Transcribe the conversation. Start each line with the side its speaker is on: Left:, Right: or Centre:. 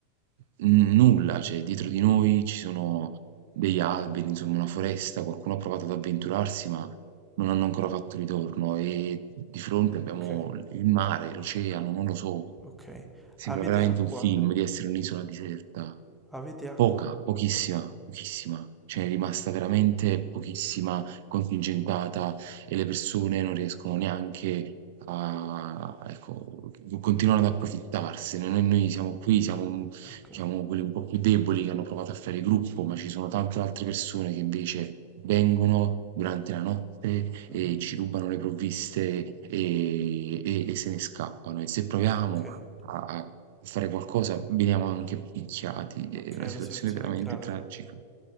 Right: n nulla, cioè dietro di noi ci sono degli alberi, insomma una foresta, qualcuno ha provato ad avventurarsi, ma non hanno ancora fatto ritorno e di fronte abbiamo
Centre: Ok,
Right: il mare, l'oceano, non lo so.
Centre: ok.
Right: Sembra
Centre: Avete
Right: veramente
Centre: acqua?
Right: un film di essere un'isola deserta.
Centre: Avete acqua?
Right: Poca, pochissima, pochissima. Ce
Centre: Okay,
Right: n'è rimasta veramente pochissima, contingentata e le persone non riescono neanche a ecco, co continuano ad approfittarsene. Noi noi siamo qui, siamo, mhmm,
Centre: okay.
Right: diciamo quelli un po' più deboli che hanno provato a fare gruppo, ma ci sono tante altre persone che invece vengono durante la notte
Centre: Mh-mh.
Right: e ci rubano le provviste, ehm, e e se ne scappano. E se proviamo
Centre: Okay,
Right: a a fare qualcosa veniamo anche picchiati. È
Centre: okay,
Right: una situazione
Centre: la situazione
Right: veramente
Centre: è grave.
Right: tragica.